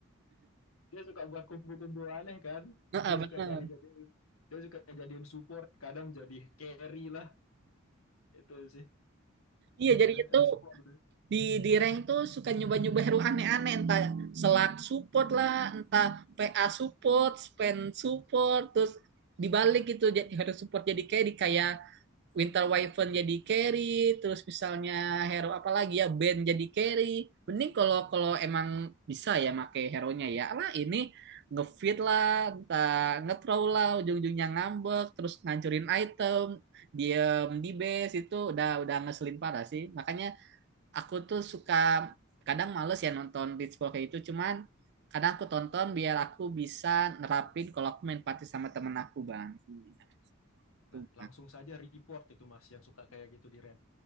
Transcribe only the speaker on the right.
Heeh,
benar
iya
jadi itu
di di rank tuh suka nyoba nyoba hero aneh aneh entah selak support lah entah PA support spend support terus dibalik gitu jadi hero support jadi kayak di kayak Winter Wyvern jadi carry, terus misalnya hero apa lagi ya Ben jadi carry. Mending kalau kalau emang bisa ya make hero-nya ya. Lah ini ngefit lah, entah nge-throw lah, ujung-ujungnya ngambek, terus ngancurin item, diem di base itu udah udah ngeselin parah sih. Makanya aku tuh suka kadang males ya nonton Blitzball kayak itu, cuman kadang aku tonton biar aku bisa nerapin kalau aku main party sama temen aku bang. Gitu,
Bang.